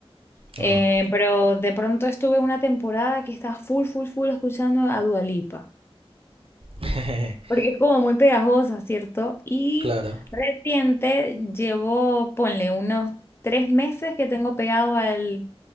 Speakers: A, on the left (about 25°); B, on the right (about 65°).
A: Eh,
B: No.
A: pero de pronto estuve una temporada que estaba full, full, full escuchando a Dua Lipa.
B: <laughs>
A: porque es como muy pegajosa, ¿cierto? Y
B: Claro,
A: reciente llevo, ponle, unos tres meses que tengo pegado al